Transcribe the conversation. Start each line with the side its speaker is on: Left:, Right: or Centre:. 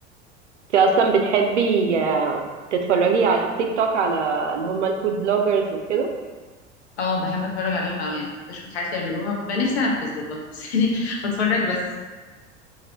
Right: انت اصلا بتحبي آه، تتفرجي على التيك توك على اللي هم الفود بلوجرز وكده
Left: اه بحب اتفرج عليهم قوي يعني بحب اشوف الحاجات اللي يعملوها ببقى نفسي انفذ والله بس <laughs> يعني بتفرج بس